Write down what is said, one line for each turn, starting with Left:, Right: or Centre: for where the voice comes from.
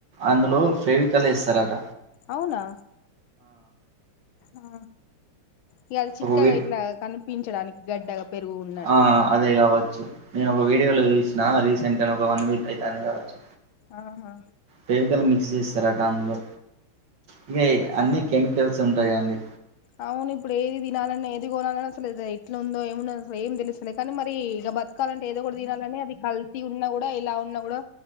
Right: అందులో ఫేవిికల్ ఎస్తారట
Left: అవునా ఆ ఇగ అది చిక్కగా
Right: ఒక వి
Left: ఇట్లా కనిపించడానికి గడ్డగా పెరుగు ఉన్నట్టు
Right: ఆ అదే కావచ్చు నేను ఒక వీడియో లో చూసిన రీసెంట్గానే ఒక వన్ వీక్ అయితంది కావచ్చు
Left: ఆహా
Right: ఫెవికల్ మిక్స్ీ చేస్తారా దాంట్లో ఇగ అన్నిీ కెమికల్స్ ఉంటాయి కదండీ
Left: అవును ఇప్పుడు ఏది తినాలన్న ఏది కొనాలన్న అసలు ఇట్లా ఉందో ఏమున్నాదో అసలు ఏం తెలుస్తలేద్ కానీ మరి ఇగ బ కాలంటే ఏదో ఒక్కటి తినాలనే అది కల్తీ ఉన్నా కూడా ఎలా ఉన్నా కూడా